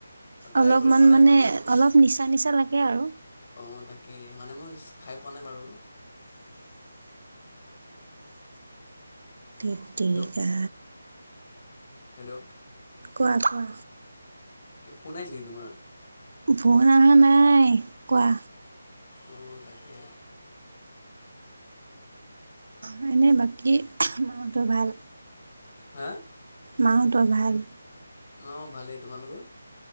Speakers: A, on the left; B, on the right.
A: ট্ৰাই
B: অলপমান
A: কৰি চোৱা নাই
B: মানে
A: বাৰু
B: অলপ নিচা নিচা লাগে আৰু
A: অঁ তাকেই মানে মই খাই পোৱা নাই বাৰু
B: ধেৎ তেৰিকা।
A: হেল্ল' হেল্ল'
B: কোৱা কোৱা
A: কি ফোন আহছ নি তোমাৰ?
B: ফোন অহা নাই, কোৱা।
A: অঁ তাকে
B: হয়নে বাকী মাহতৰ ভাল
A: হে।
B: মাহঁতৰ ভাল।
A: অ ভালেই তোমালোকৰ